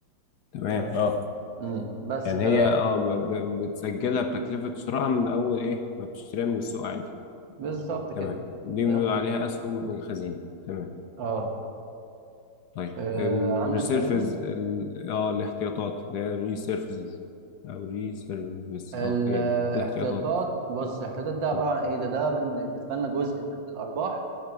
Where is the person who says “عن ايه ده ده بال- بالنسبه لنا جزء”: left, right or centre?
Right